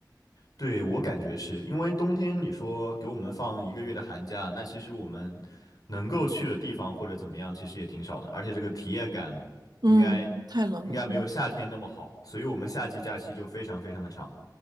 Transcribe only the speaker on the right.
嗯，太冷了。